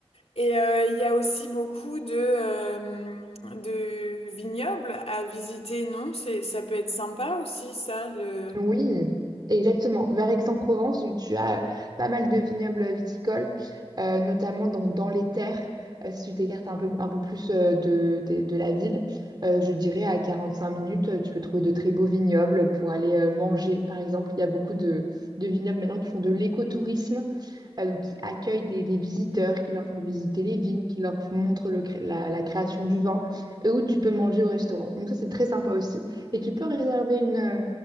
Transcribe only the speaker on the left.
Et euh, il y a aussi beaucoup de, euh, de vignobles à visiter, non? C'est, ça peut être sympa aussi, ça, le...